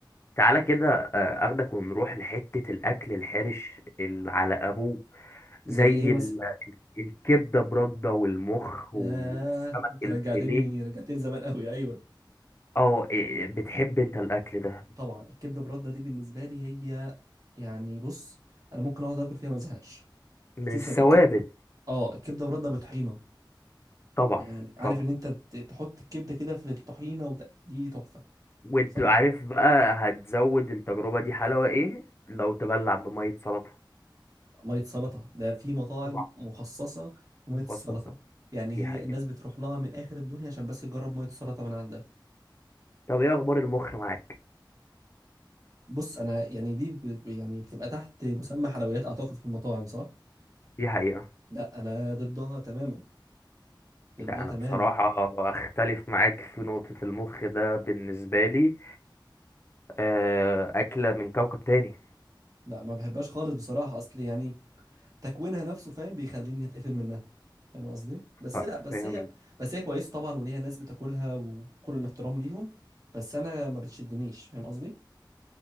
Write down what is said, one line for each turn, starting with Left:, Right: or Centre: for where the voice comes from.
Left: تعالى كده آه، اخدك ونروح لحتة الاكل الحرش اللي على ابوه زي
Right: زي ايه مثلا
Left: ال- الكبدة برده والمخ
Right: ياه
Left: والسمك
Right: انت
Left: الفيليه
Right: رجعتني رجعتني زمان قوي ايوه
Left: اه إيه، بتحب انت الاكل ده
Right: طبعا الكبده برده دي بالنسبه لي هي يعني بص انا ممكن اقعد اكل فيها ما ازهقش
Left: من
Right: خصوصا
Left: الثوابت
Right: الك... اه الكبده برده بطحينه
Left: طبعا
Right: يعني عارف
Left: طبعا
Right: ان انت ت- تحط الكبده كده في الطحينه وت... دي تحفه
Left: وانت
Right: بصراحه
Left: عارف بقى هتزود التجربة دي حلاوة ايه لو تبلع بمية سلطة
Right: ميه سلطه ده في مطاعم
Left: طبعا
Right: مخصصه لميه
Left: مخصصة
Right: السلطه يعني
Left: دي
Right: هي
Left: حقيقة
Right: الناس بتروح لها من اخر الدنيا عشان بس تجرب ميه السلطه من عندها
Left: طب ايه اخبار المخ معاك
Right: بص انا يعني دي ب- يعني بتبقى تحت مسمى حلويات اعتقد في المطاعم صح
Left: دي حقيقة
Right: لا انا ضدها تماما ضدها
Left: ده انا
Right: تماما
Left: بصراحة اختلف معاك في نقطة المخ ده بالنسبة لي آه، اكلة من كوكب تاني
Right: لا ما بحبهاش خالص بصراحه اصل يعني تكوينها نفسه فاهم بيخليني اتقفل منها فاهم قصدي بس
Left: ف-
Right: لا بس
Left: فاهم
Right: هي بس هي كويسه طبعا وليها ناس بتاكلها وكل الاحترام ليهم بس انا ما بتشدنيش فاهم قصدي